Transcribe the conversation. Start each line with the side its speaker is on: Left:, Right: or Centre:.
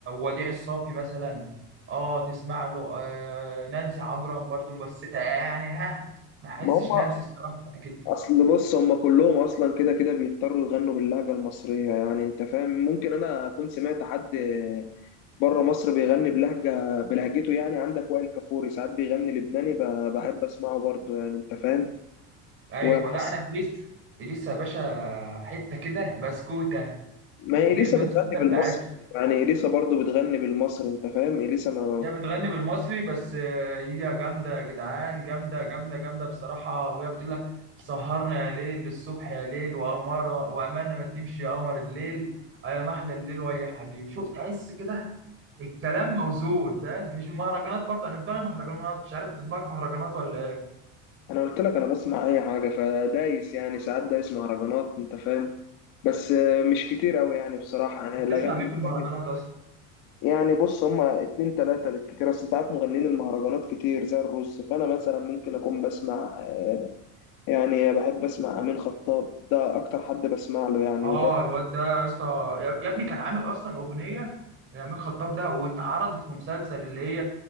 Right: وديع الصافي مثلا اه تسمع له آه نانسي عجرم برضو بس يعني ها ما احسش
Left: ما هم
Right: نانسي الصراحه بتاعت كده
Left: اصل بص هم كلهم اصلا كده كده بيضطروا يغنوا باللهجه المصريه يعني انت فاهم ممكن انا اكون سمعت حد بره مصر بيغني بلهجه بلهجته يعني عندك وائل كفوري ساعات بيغني لبناني ب- بحب اسمعه برضه يعني انت فاهم
Right: ايوه
Left: وحس
Right: لا انا لسه لسه يا باشا حته كده بسكوته
Left: ما هي
Right: دي
Left: اليسا
Right: البسكوته
Left: بتغني بالمصري
Right: بتاعتهم
Left: يعني اليسا برضه بتغني بالمصري انت فاهم اليسا ما
Right: هي بتغني بالمصري بس آه، هي جامدة يا جدعان جامدة جامدة جامدة بصراحة وهي بتقول لك سهرنا يا ليل للصبح يا ليل وأمارة وأمانة ما تمشي يا قمر الليل آه يا محلى الليل ويا حبيبي شوف تحس كده الكلام موزون فاهم مش المهرجانات برضه أنا بتابع مهرجانات مش عارف تطبيقك مهرجانات ولا إيه
Left: انا قلت لك انا بسمع اي حاجه فدايس يعني ساعات دايس مهرجانات انت فاهم بس آه، مش كتير قوي يعني بصراحه يعني
Right: بتسمع
Left: الاغاني
Right: مين
Left: اللي
Right: في
Left: بتعجب
Right: المهرجانات أصلا
Left: يعني بص هما اتنين تلاته بالكتير اصل انت عارف مغنيين المهرجانات كتير زي الرز فانا مثلا ممكن اكون بسمع آه، يعني بحب اسمع امين خطاب ده اكتر حد بسمع له يعني
Right: آه
Left: وبرضه
Right: الواد ده يا اسطى يا يا ابني كان عامل أصلا أغنية يا عماد خطاب ده واتعرضت في مسلسل اللي هي